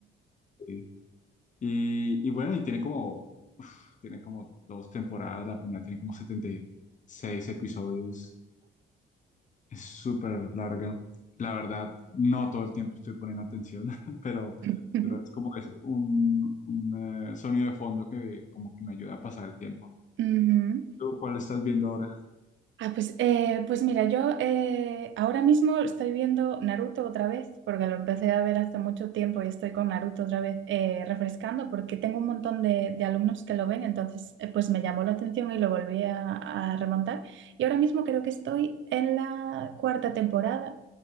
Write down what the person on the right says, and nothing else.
Ujú, <laughs>
ujú.
Ah, pues, eh, pues mira, yo eh, ahora mismo estoy viendo Naruto otra vez, porque lo empecé a ver hace mucho tiempo y estoy con Naruto otra vez eh, refrescando, porque tengo un montón de, de alumnos que lo ven, entonces eh, pues me llamó la atención y lo volví a, a remontar. Y ahora mismo creo que estoy en la cuarta temporada